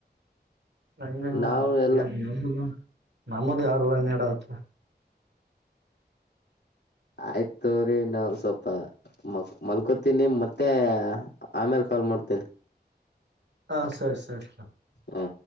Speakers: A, on the right; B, on the left.
A: ನಂಗೆ ನ
B: ನಾವು ಎಲ್ಲ
A: ನಮ್ಮದು ಯಾರ ಹನ್ನಡತ್ <unintelligible>
B: ಆಯ್ತ್ ತೊಗೋರಿ ನಾವ್ಸೊಪ್ಪ ಮ ಮಲ್ಕೋತೀನಿ ಮತ್ತೆ ಆಮೇಲೆ ಕಾಲ್ ಮಾಡ್ತೀನಿ
A: ಹ ಸರಿ ಸರಿ ಸರಿ
B: ಹಾ